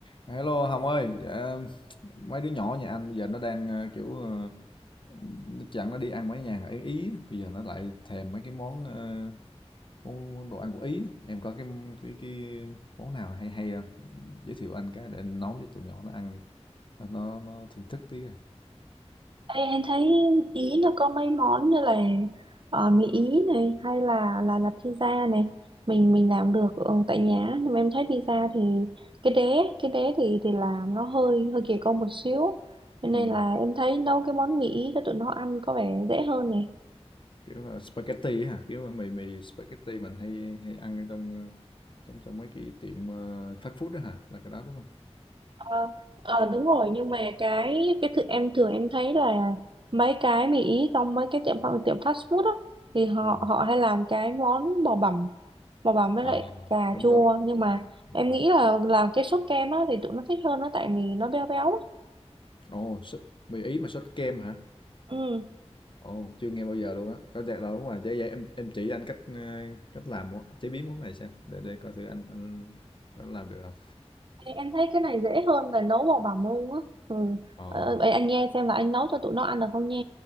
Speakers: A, on the left (about 45°); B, on the right (about 50°).
A: Hello Hồng ơi, dạ, mấy đứa nhỏ nhà anh bây giờ nó đang ờ, kiểu ờ, nó chẳng nó đi ăn mấy nhà ở Ý, bây giờ nó lại thèm mấy cái món ờ, món, món đồ ăn của Ý. á. Em có cái cái cái món nào hay hay không? Giới thiệu anh cái để nấu cho tụi nhỏ nó ăn nó nó, nó thưởng thức tí coi.
B: Ê, em thấy Ý nó có mấy món như là ờ, mì Ý này hay là là là pizza này mình mình làm được ờ, tại nhà nhưng mà em thấy pizza thì cái đế cái đế thì thì làm nó hơi hơi kỳ công một xíu cho nên
A: Ừ.
B: là em thấy nấu cái món mì Ý cho tụi nó ăn có vẻ dễ hơn này
A: Kiểu là spaghetti á hả? Kiểu mì mì spaghetti mình hay hay ăn ở trong ờ, trong trong mấy cái tiệm ờ, fast food đó hả? Là cái đó đúng không?
B: Ờ, ờ, đúng rồi nhưng mà cái cái thực em thường em thấy là mấy cái mì ý trong mấy cái tiệm pha- tiệm fast food á thì họ
A: Ừ.
B: họ hay làm cái món bò bằm bò bằm với
A: Ờ,
B: lại cà
A: đúng
B: chua
A: đúng.
B: nhưng mà
A: Đúng
B: em
A: rồi.
B: nghĩ là làm cái sốt kem á thì tụi nó thích hơn nó tại vì nó béo béo á.
A: Ồ, súp- mì Ý mà sốt kem hả?
B: ừ
A: Ồ, chưa nghe bao giờ luôn á. Có chắc đâu đúng rồi. Vậy, vậy em em chỉ anh cách ờ, cách làm món chế biến món này xem để để coi thử anh anh có làm được không.
B: Ê, em thấy cái này dễ hơn là nấu bằng bảng luôn á ừ.
A: Ồ.
B: Ờ, vậy anh nghe xem là anh nấu cho tụi nó ăn được không nha